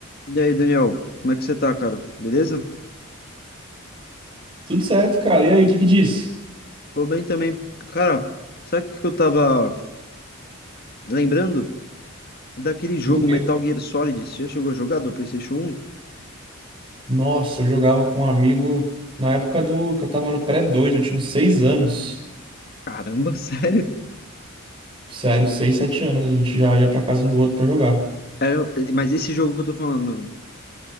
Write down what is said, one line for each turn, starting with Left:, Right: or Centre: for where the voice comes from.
Left: E aí, Daniel, como é que você tá, cara? Beleza?
Right: Tudo certo, cara. E aí, o que que diz?
Left: Tô bem também. Cara, sabe o que que eu tava lembrando? Daquele jogo
Right: Do quê?
Left: Metal Gear Solid. Você já chegou a jogar do PlayStation um?
Right: Nossa, eu jogava com um amigo na época do que eu tava no pré dois. eu tinha uns 6 anos.
Left: Caramba, <laughs> sério?
Right: Sério, 6, 7 anos, a gente já ia pra casa um do outro pra jogar.
Left: Era- mas esse jogo que eu tô falando, não.